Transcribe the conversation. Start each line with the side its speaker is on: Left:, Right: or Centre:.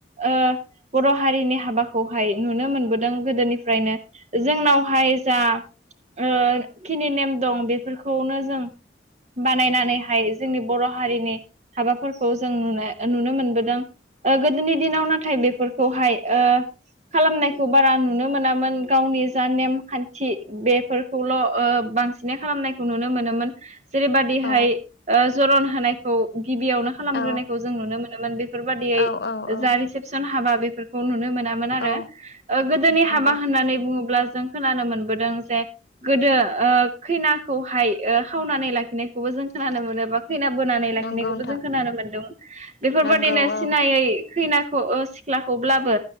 Right: ओ बर' हारिनि हाबाखौ खौहाय नुनो मोनबोदों गोदोनिफ्रायनो जोंनावहाय जा ओ खिनि नेम दं बेफोरखौनो जों बानायनानैहाय जोंनि बर' हारिनि हाबाफोरखौ जों नुनो मोनबोदों। ओ गोदोनि दिनाव नाथाय बेफोरखौहाय ओ खालामनायखौ बारा नुनो मोनामोन गावनि जा नेमखान्थि बेफोरखौल' ओ बांसिनै खालामनायखौ नुनो मोनोमोन जेरैबायदिहाय
Left: औ
Right: ओ जरन होनायखौ गिबियावनो खालामग्रोनायखौ
Left: औ
Right: जों नुनो मोनोमोन बेफोरबादियै
Left: औ औ औ
Right: जा रिसेपसन हाबा बेफोरखौ नुनो मोनामोन आरो
Left: औ
Right: ओ गोदोनि
Left: नंगौ
Right: हाबा होननानै बुङोब्ला जों खोनानो मोनबोदों जे गोदो ऐ खैनाखौहाय ओ खावनानै लाखिनायखौबो जों खोनानो मोनो बा खैना बोनानै लाखिनायखौबो
Left: नंगौ नोंथां
Right: जों खोनानो मोनदों बेफोर बेफोरबादिनो
Left: नंगौ औ
Right: सिनायै खैनाखौ ओ ब्लाबो